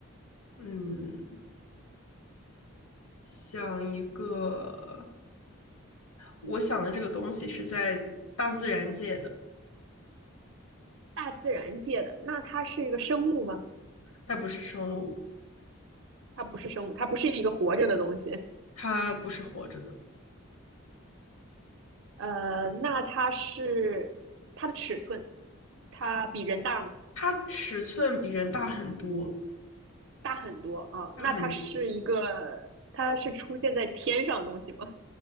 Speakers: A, on the left (about 85°); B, on the right (about 60°).
A: 嗯，想一个，我想的这个东西是在大自然界的，
B: 大自然界的，那它是一个生物吗？
A: 它不是生物，
B: 它不是生物，它不是一个活着的东西。
A: 它不是活着的，
B: 呃，那它是它的尺寸，它比人大吗？
A: 它尺寸比人大很多，
B: 大很多啊，
A: 大很多。
B: 那它是一个，它是出现在天上的东西吗？